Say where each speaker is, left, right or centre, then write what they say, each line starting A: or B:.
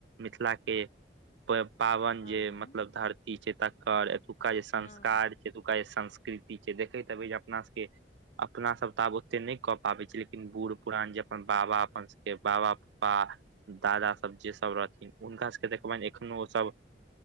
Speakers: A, on the right; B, on the left.
A: मिथिलाके प पाबनि
B: हँ
A: जे
B: हँ
A: मतलब धरती छैय तकर एतुक्का जे संस्कार
B: हँ
A: एतुका जे संस्कृति छैय देखैत हेबै जे अपना सबके अपना सब त आब ओते नहि कऽ पाबै छी लेकिन बूढ़ पुरान जे अपन बाबा अपन सबके बाबा पप्पा दादा सब जे सभ रहथिन हुनका सभके देखबनि एखनो ओसभ